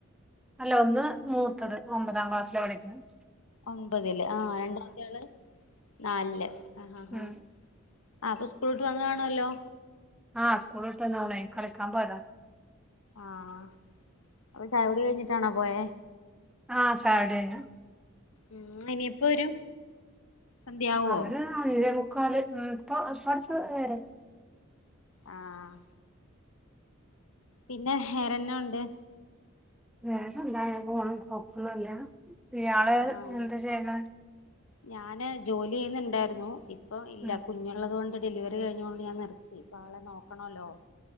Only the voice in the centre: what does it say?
അല്ല ഒന്ന് മൂത്തത് ഒമ്പതാം ക്ലാസ്സിലാ പഠിക്ണത്.
ഉം
ആഹ് സ്കൂള് വിട്ട് വന്നു കളിക്കാൻ പോയതാ.
ആഹ് ചായ കുടി കഴിഞ്ഞു.
അവര് ഏഴെമുക്കാല് ഉം പ്പൊ ഇപ്പട്ത്ത് വരും.
വേറെന്താ ഇങ്ങനെ പോണ് <unintelligible> ഇയാൾ
എന്താ ചെയ്യ്ന്നേ?
ഉം